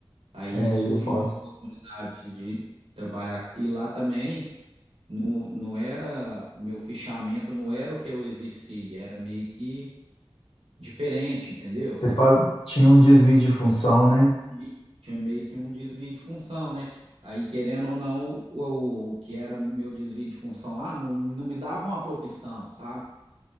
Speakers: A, on the right; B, on the left.
A: Aí
B: É,
A: surgiu
B: aí é foda.
A: uma oportunidade de trabalhar e lá também Não, não era, o meu fichamento não era o que eu exerci, era meio que diferente, entendeu?
B: Você faz... tinha um desvio de função, né?
A: E tinha meio que um desvio de função, né? Aí, querendo ou não, o, o que era meu desvio de função lá não, não me dava uma profissão, sabe?